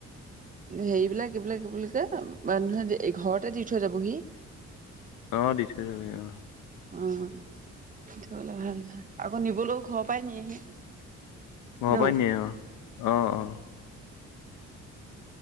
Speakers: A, on the right; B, on the left.
A: হেৰিবিলাক এইবিলাক এইবিলাক।। যে মানুহে যে এই ঘৰত।। তাতে দি থৈ যাবহি।
B: অ', দিছে চাগে অ',।
A: অ', সেটোহলে ভাল আকৌ নিবলৈও ঘৰৰ পৰাই নিয়েহি।
B: ঘৰৰ
A: ন
B: পা নিয় অ-অ-অ।